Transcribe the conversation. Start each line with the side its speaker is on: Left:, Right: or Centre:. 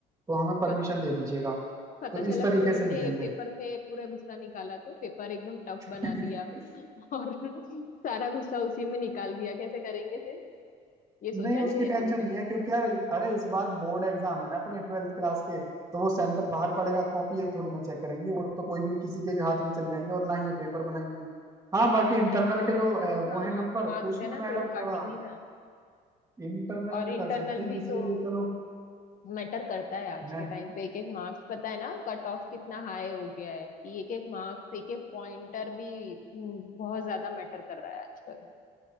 Right: तो हमें परमिशन
Left: पत,
Right: दे दीजिएगा
Left: पता
Right: तो
Left: चला
Right: इस तरीके
Left: फिर उन्होंने
Right: से लिखेंगे
Left: पेपर में पूरा गुस्सा निकाला तो पेपर एकदम टफ बना
Right: <laughs>
Left: दिया और <laughs> सारा गुस्सा उसी में निकाल दिया कैसे करेंगे फिर ये सोचा
Right: नहीं उसकी
Left: नहीं है
Right: टेंशन
Left: तुमने
Right: नहीं है क्योंकि यार अरे इस बार बोर्ड एग्जाम है ना अपने ट्वेल्थ क्लास के तो वो सेंटर बाहर पड़ेगा कॉपी ये थोड़ी ना चेक करेंगे वो तो कोई भी किसी के भी हाथ में चले जाएंगे और ना ही ये पेपर बनाएंगे हाँ बाकी इंटरनल के जो अ, वो
Left: हाँ
Right: है नंबर
Left: मार्क्स
Right: उसमें
Left: है ना फिर
Right: मैडम
Left: वो
Right: थोड़ा
Left: काटेंगी ना
Right: इंटरनल
Left: और
Right: में
Left: इंटरनल
Right: कर सकती है
Left: भी
Right: इसीलिए
Left: तो
Right: चलो
Left: मैटर करता है आज
Right: मैं
Left: के टाइम पे एक एक मार्क्स पता है ना कट ऑफ कितना हाई हो गया है कि एक एक मार्क्स एक एक पॉइंटर भी हम्म, बहुत ज्यादा मैटर कर रहा है आजकल